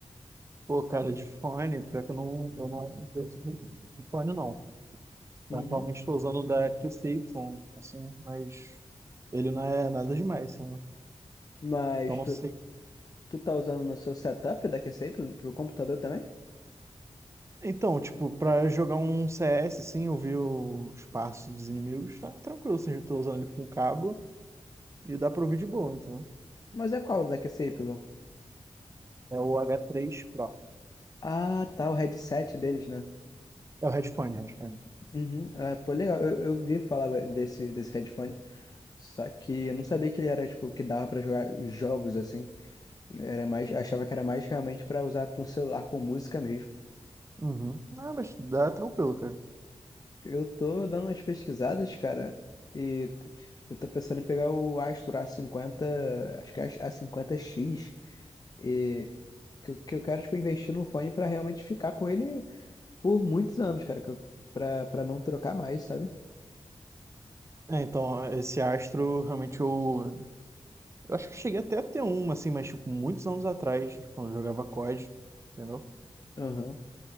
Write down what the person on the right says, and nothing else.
Pô, cara, de fone, pior que eu não, eu não, eu não- de fone não.
Atualmente estou usando o da QCY, assim, mas ele não é nada demais, sabe?
Então não
sei.
Então, tipo, pra jogar um CS, assim, ouvir os passos dos inimigos, tá tranquilo, assim, eu tô usando ele com cabo e dá pra ouvir de boa, então.
É o h três Pro.
É o headphone, headphone.
Uhum. Ah, mas dá tranquilo, cara.
É, então, esse Astro, realmente eu Eu acho que eu cheguei até a ter uma, assim, mas tipo, muitos anos atrás, quando eu jogava COD, entendeu?